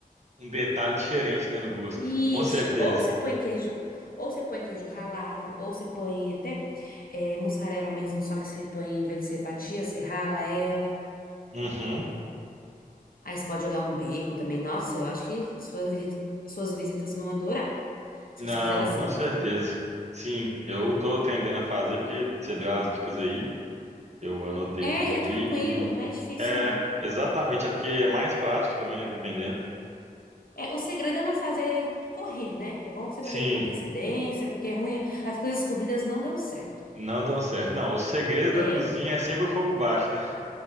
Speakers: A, on the right (about 45°); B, on the left (about 65°).
A: um detalhe diferente, né, no gosto.
B: Isso,
A: Com certeza.
B: ou você põe queijo, ou você põe queijo ralado, ou você põe até eh, mussarela mesmo, só que você põe, em vez de ser fatia, você rala ela.
A: Uhum.
B: Aí você pode jogar um bacon também. Nossa, eu acho que suas visitas, suas visitas vão adorar. Se
A: Não,
B: você fizer lasanha,
A: com certeza.
B: né?
A: Sim, eu tô tendendo a fazer porque você deu as dicas aí, eu anotei
B: É,
A: tudo
B: e é
A: aqui
B: tranquilo,
A: e
B: não é difícil,
A: é,
B: não.
A: exatamente, é porque é mais prático também, né, dependendo.
B: É, o segredo é não fazer corrido, né? É bom você
A: Sim,
B: fazer com antecedência, porque é ruim. As coisas corridas não dão certo.
A: não dão certo. Não, o segredo da
B: É.
A: cozinha é sempre o fogo baixo, né?